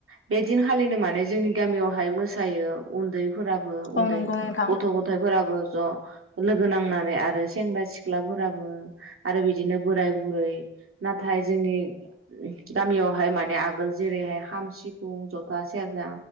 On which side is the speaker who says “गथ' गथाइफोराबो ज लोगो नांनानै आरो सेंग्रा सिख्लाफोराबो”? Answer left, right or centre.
Right